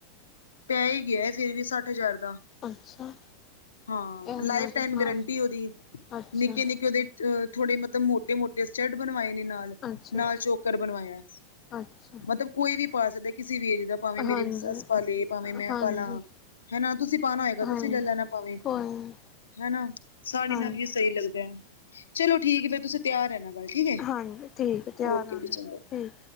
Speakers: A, on the left; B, on the left.
A: ਪੈ ਹੀ ਗਿਆ ਫੇਰ ਵੀ ਸੱਠ ਹਜ਼ਾਰ
B: ਅੱਛਾ
A: ਹਾਂ
B: ਇਹ ਉਹਨਾਂ
A: ਲਾਈਫ ਟਾਈਮ
B: ਦਾ ਹਾਂ
A: ਗਰੰਟੀ ਉਹਦੀ
B: ਅੱਛਾ
A: ਨਿੱਕੇ -ਨਿੱਕੇ ਉਹਦੇ। ਅ ਥੋੜ੍ਹੇ ਮਤਲਬ ਮੋਟੇ ਮੋਟੇ ਸਟੈੱਡ ਬਣਵਾਏ ਨੇ ਨਾਲ
B: ਅੱਛਾ-
A: ਨਾਲ
B: ਅੱਛਾ-
A: ਚੋਕਰ ਬਣਵਾਇਆ
B: ਅੱਛਾ।
A: ਮਤਲਬ ਕੋਈ ਵੀ ਪਾ ਸਕਦਾ ਕਿਸੇ ਵੀ ਏਜ ਦਾ ਭਾਵੇਂ ਮੇਰੀ
B: ਹਾਂਜੀ
A: ਸੱਸ ਪਾ ਲੇ ਭਾਵੇਂ ਮੈਂ
B: ਹਾਂਜੀ
A: ਪਾਲਾਂ। ਹਨਾ ਤੁਸੀਂ ਪਾਉਣਾ ਹੋਏਗਾ
B: ਹਾਂਜੀ
A: ਤੁਸੀਂ ਲੈ ਲੈਣਾ ਭਾਵੇਂ
B: ਕੋਈ ਨਹੀਂ
A: ਹਨਾ ਸਾੜੀ
B: ਹਾਂਜੀ
A: ਨਾਲ ਵੀ ਸਹੀ ਲੱਗਦਾ ਹੈ, ਚਲੋ ਠੀਕ ਹੈ ਫਿਰ ਤੁਸੀਂ ਤਿਆਰ ਹੈ ਨਾ। ਗੱਲ ਠੀਕ ਹੈ,
B: ਹਾਂਜੀ ਠੀਕ ਹੈ ਤਿਆਰ
A: ਓਕੇ
B: ਆਉਣਾ
A: ਜਚਿੰਦਰ
B: ਠੀਕ